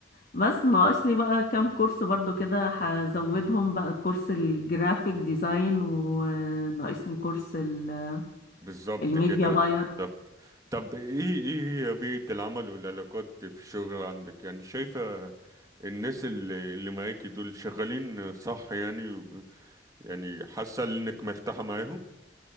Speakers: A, on the left; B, on the right.
A: بس ناقصني بقى كام كورس برضو كده هزودهم بقى كورس الجرافيك ديزاين وناقصني كورس ال-
B: بالظبط
A: الميديا
B: كده
A: باير
B: بالظبط طب ايه ايه هي بيئة العمل والعلاقات في الشغل عندك يعني شايفة الناس اللي اللي معاكي دول شغالين صح يعني وب- يعني حاسة انك مرتاحة معاهم